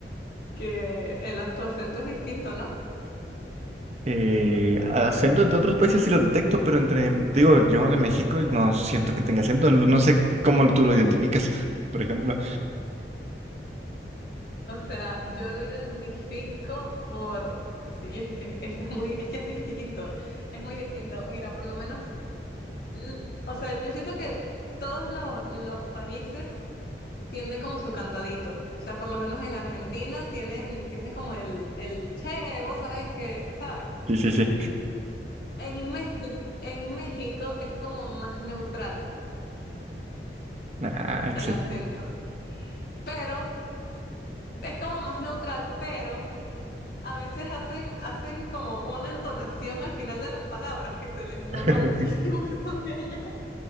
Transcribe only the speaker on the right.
Eh, acento entre otros países sí lo detecto, pero entre, te digo, yo de México no siento que tenga acento, no no sé cómo tú lo identificas, <laughs> por ejemplo.
Sí, sí, sí.
Ah, excelente.
<laughs>